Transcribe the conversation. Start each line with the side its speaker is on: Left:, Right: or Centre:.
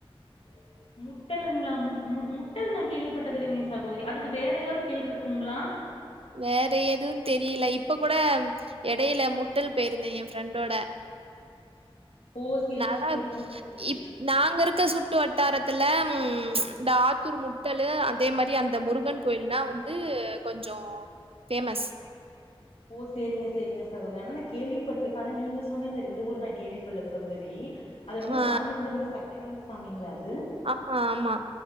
Left: <unintelligible> முட்டலுங்களா முட் முடு முட்டல் நா கேள்விப்பட்டது இல்லைங்களே சகோதரி அதுக்கு வேற ஏதாவது பேர் இருக்குங்ளா
Right: வேற எதுவு தெரியல இப்ப கூட எடையில முட்டல் போயிருந்தே என் ஃப்ரெண்டோட
Left: ஓ சேரிங்க
Right: நல்லாருக்
Left: சேரிங்க சகோதரி
Right: இப் நாங்க இருக்க சுட்டு வட்டாரத்துல ம் இந்த ஆத்தூர் முட்டலு அதே மாறி அந்த முருகன் கோயில்னா வந்து கொஞ்சோ ஃபேமஸ்
Left: ஓ சேரிங்க சேரிங்க சகோதரி ஆனா நா கேள்விப்பட்டிருக்கே ஆனா நீங்க சொன்ன இந்த ரெண்டு ஊர் நா கேள்வி படல சகோதரி அது ரொம்ப
Right: ஆ
Left: சாமி வந்து ரொம்ப சக்தி வாய்ந்த சாமிங்களா அது
Right: ஆம்மா ஆம்மா